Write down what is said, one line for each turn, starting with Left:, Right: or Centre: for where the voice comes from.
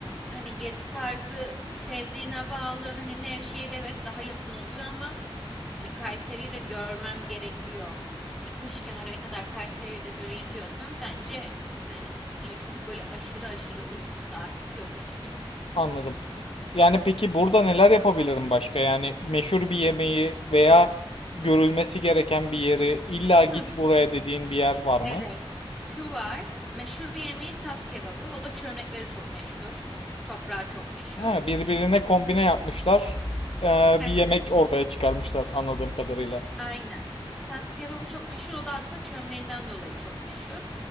Centre: hani gezi tarzı sevdiğine bağlı hani Nevşehir evet daha yakın oluyor ama Hani Kayseri'yi de görmem gerekiyor. Gitmişken oraya kadar Kayseri'yi de göreyim diyorsan bence hani hani çok böyle aşırı aşırı uç bir saatte yok açıkçası.
Left: Anladım. Yani peki burada neler yapabilirim başka? Yani meşhur bir yemeği veya görülmesi gereken bir yeri, illa
Centre: Hı,
Left: git buraya dediğin bir yer var mı?
Centre: evet. Şu var. Meşhur bir yemeği tas kebabı. O da çömlekleri çok meşhur. Toprağı çok meşhur.
Left: Ha, birbirine kombine yapmışlar. Ee,
Centre: <laughs>
Left: bir yemek ortaya çıkarmışlar anladığım kadarıyla.
Centre: Aynen. Tas kebabı çok meşhur. O da aslında çömleğinden dolayı çok meşhur.